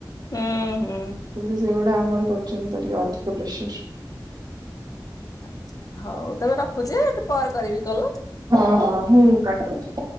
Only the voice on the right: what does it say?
କିନ୍ତୁ ସେଇଗୁଡା ଆମର କରୁଚନ୍ତି ତ ଟିକେ ଅଧିକ ପ୍ରେସର୍।
ହଉ ହଉ ହୁଁ କାଟୁଚି।